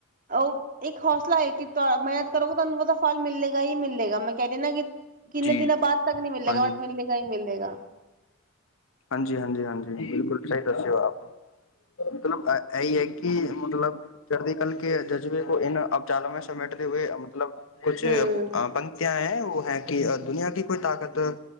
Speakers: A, on the right; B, on the left.
A: ਉਹ ਇੱਕ ਹੌਸਲਾ ਹੈ ਕਿ ਮਿਹਨਤ ਕਰੋਗੇ ਤੁਹਾਨੂੰ ਉਹਦਾ ਫਲ ਮਿਲੇਗਾ ਹੀ ਮਿਲੇਗਾ ਮੈਂ ਕਹਿ ਰਹੀ ਨਾ ਕਿ ਕਿੰਨੇ
B: ਜੀ
A: ਦਿਨਾਂ ਬਾਅਦ ਤੱਕ ਨਹੀਂ ਮਿਲੇਗਾ
B: ਹਾਂਜੀ
A: ਬਟ ਮਿਲੇਗਾ ਹੀ ਮਿਲੇਗਾ।
B: ਹਾਂਜੀ, ਹਾਂਜੀ, ਹਾਂਜੀ। ਬਿਲਕੁਲ ਸਹੀ ਦੱਸਿਓ ਆਪ। ਮਤਲਬ ਇਹੀ ਹੈ ਕਿ ਮਤਲਬ ਚੜਦੀ ਕਲ ਕੇ ਜਜ਼ਬੇ ਕੋ ਇਨ ਅਪਚਾਲੈਂ ਸਮੇਟਦੇ ਹੋਏ ਅ ਮਤਲਬ ਕੁਛ
A: ਹੂੰ।
B: ਪੰ ਕਿਆ ਹੈ ਵੋ ਹੈ ਕਿ ਦੁਨੀਆਂ ਕੀ ਕੋਈ ਤਾਕਤ